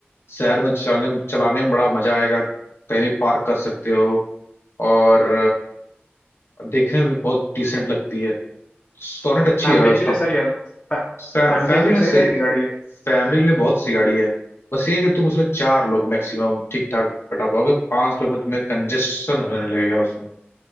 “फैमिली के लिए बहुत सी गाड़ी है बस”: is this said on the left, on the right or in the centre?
Left